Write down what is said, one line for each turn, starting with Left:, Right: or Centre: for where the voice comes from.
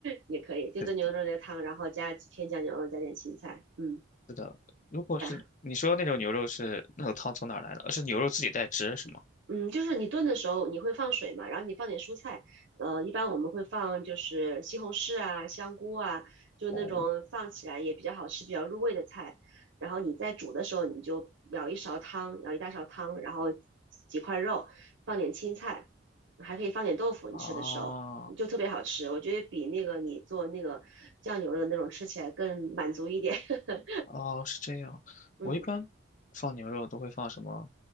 Right: 也可以，就炖牛肉那个汤，
Left: 对，
Right: 然后加几片酱牛肉，加点青菜，嗯，
Left: 是的。如果是你说那种牛肉是那个汤从哪儿来的？
Right: 来。
Left: 呃是牛肉自己带汁是吗？
Right: 嗯，就是你炖的时候你会放水嘛，然后你放点蔬菜，呃，一般我们会放就是西红柿啊、香菇啊，就那种放起来也比较好吃、
Left: 哦，
Right: 比较入味的菜。然后你在煮的时候，你就舀一勺汤，舀一大勺汤，然后几块肉，放点青菜，还可以放点豆腐。你吃的时候就特别好吃，
Left: 啊，
Right: 我觉得比那个你做那个酱牛肉的那种吃起来更满足一点。<laughs>
Left: 哦，是这样。
Right: 嗯
Left: 我一般放牛肉都会放什么？